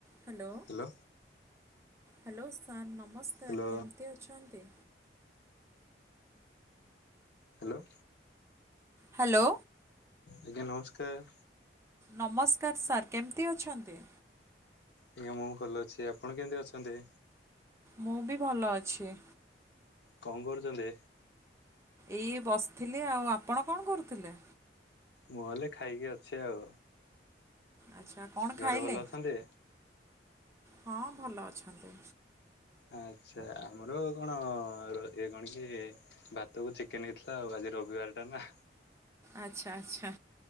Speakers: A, on the right; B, on the left.
A: Hello,
B: hello
A: hello sir ନମସ୍କାର
B: hello
A: କେମିତି ଅଛନ୍ତି?
B: ହାଲୋ।
A: ହାଲୋ।
B: ଆଜ୍ଞା, ନମସ୍କାର୍।
A: ନମସ୍କାର ସାର୍ କେମିତି ଅଛନ୍ତି?
B: ଆଜ୍ଞା ମୁଁ ଭଲ ଅଛି ଆପଣ କେମିତି ଅଛନ୍ତି?
A: ମୁଁ ବି ଭଲ ଅଛି।
B: କଣ କରୁଚନ୍ତି?
A: ଏଇ ବସିଥିଲେ ଆଉ ଆପଣ କଣ କରୁଥିଲେ?
B: ମୁଁ ହେଲେ ଖାଇକି ଅଛି ଆଉ।
A: ଆଚ୍ଛା କଣ
B: ଘରେ
A: ଖାଇଲେ
B: ଭଲ ଅଛନ୍ତି?
A: ହଁ ଭଲ ଅଛନ୍ତି।
B: ଆଚ୍ଛା ଆମର କଣ ର ଏ କଣ କି? ଭାତକୁ ଚିକେନ ହେଇଥିଲା ଆଉ ଆଜି ରବିବାର ଟା ନାଁ।
A: ଆଚ୍ଛା ଆଚ୍ଛା